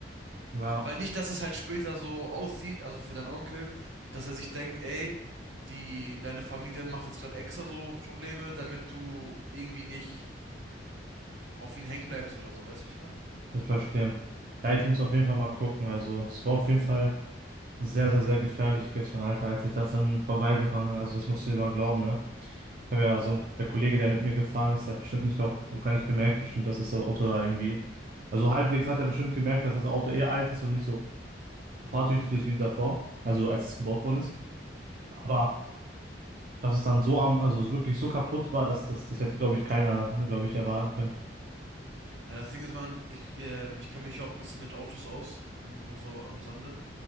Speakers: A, on the right; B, on the right.
A: ja.
B: Weil nicht, dass es halt später so aussieht, also für deinen Onkel, dass er sich denkt, ey, die, deine Familie macht jetzt gerade extra so Probleme, damit du irgendwie nicht auf ihn hängen bleibst oder so, weißt du, wie ich meine?
A: Ich verstehe. Ja, ich muss auf jeden Fall mal gucken. Also, es war auf jeden Fall sehr, sehr, sehr gefährlich gestern, Alter, als ich das dann vorbeigefahren bin. Also, das musst du dir mal glauben, ne? Ich habe ja so, der Kollege, der mit mir gefahren ist, der hat bestimmt nicht auch gar nicht gemerkt, bestimmt, dass das Auto da irgendwie. Also, halbwegs hat er bestimmt gemerkt, dass das Auto eh alt ist und nicht so fahrtüchtig ist wie davor. Also, als es gebaut worden ist. Aber, dass es dann so am, also wirklich so kaputt war, dass das, das hätte, glaube ich, keiner, glaube ich, erwarten können.
B: Ja, das Ding ist, man, ich, ähm, ich kenne mich ja auch ein bisschen mit Autos aus, nur so am Sande.